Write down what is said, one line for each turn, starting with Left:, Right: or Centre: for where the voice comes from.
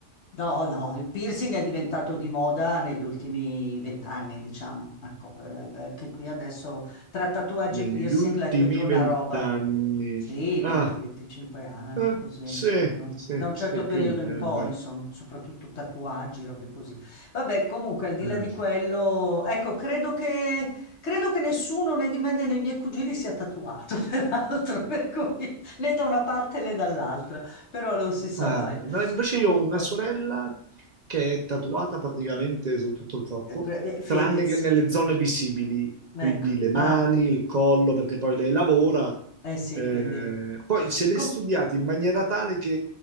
Left: No, no, il piercing è diventato di moda negli ultimi vent'anni, diciamo, ecco, eh, beh, che qui adesso tra tatuaggi
Right: Negli
Left: e piercing
Right: ultimi
Left: letto e tu una
Right: vent'anni.
Left: roba. Sì,
Right: Ah,
Left: 20-25 anni,
Right: eh,
Left: così,
Right: sì,
Left: insomma, non-
Right: sì,
Left: da un
Right: sì,
Left: certo periodo
Right: più o meno,
Left: in poi,
Right: dai.
Left: insomma, soprattutto tatuaggi, robe così. Vabbè, comunque, al di
Right: Eh.
Left: là di quello, ecco, credo che, credo che nessuno né di me né dei miei cugini sia tatuato, <laughs> peraltro, per cui né da una parte né dall'altra, però non si sa
Right: Ah,
Left: mai.
Right: no, invece
Left: Comunque.
Right: io ho una sorella che è tatuata praticamente su tutto il corpo,
Left: Eh, pre- eh, Fedez,
Right: tranne che nelle zone visibili,
Left: ecco.
Right: quindi le mani,
Left: Ah,
Right: il collo, perché poi lei lavora.
Left: mm. Eh sì,
Right: Eh,
Left: quindi...
Right: poi se l'è
Left: Com-
Right: studiata in maniera tale che